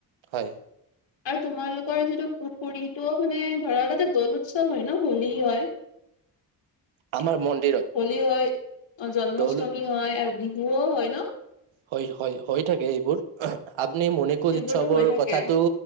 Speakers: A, on the right; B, on the left.
A: হয়
B: আৰু তোমালোকৰ যিটো পুৰীটো মানে ধৰা তাতে দৌল উৎসৱ হয় ন হোলী হয় <inaudible>
A: আমাৰ মন্দিৰত
B: হোলী হয় জন্মাষ্টমী
A: দৌল
B: হয় আৰু বিহুও হয় ন
A: হয় হয় হৈ থাকে এইবোৰ আপুনি মণিকোজ
B: এইবোৰতো
A: উৎসৱৰ
B: হৈ থাকে
A: কথাটো